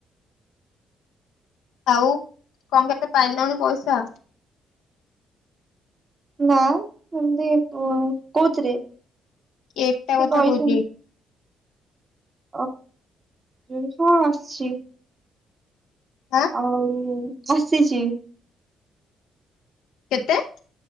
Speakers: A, on the left; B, on the right.
A: ଆଉ କଣ କେତେ ପାଇଲୁଣି ପଇସା?
B: ନା ସେମତି କ କୋଉଥିରେ?
A: ଏଟା
B: ସେ
A: କଥା
B: କହିଛନ୍ତି
A: କହୁଥିଲି।
B: ଅ ହଁ ଆସିଚି।
A: ଆଁ
B: ଆଉ ଆସିଚି।
A: କେତେ?